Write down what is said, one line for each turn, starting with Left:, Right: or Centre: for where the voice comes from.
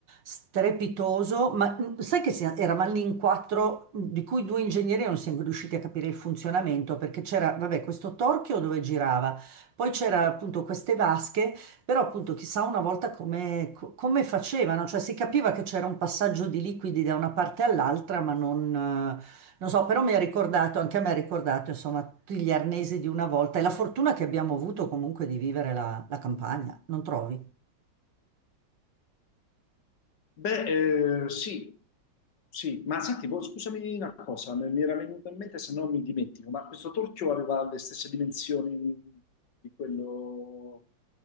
Right: strepitoso, ma mm, sai che si- eravamo lì in quattro, mm, di cui due ingegneri non siamo riusciti a capire il funzionamento, perché c'era, vabbè, questo torchio dove girava, poi c'era appunto queste vasche, però appunto chissà una volta come, co- come facevano, cioè si capiva che c'era un passaggio di liquidi da una parte all'altra, ma non... Non so, però mi ha ricordato, anche a me ha ricordato, insomma, tutti gli arnesi di una volta e la fortuna che abbiamo avuto comunque di vivere la, la campagna, non trovi?
Left: Beh, eh, sì, sì, ma senti, boh, scusami una cosa, mi mi era venuta in mente se no mi dimentico, ma questo torchio aveva le stesse dimensioni di quello,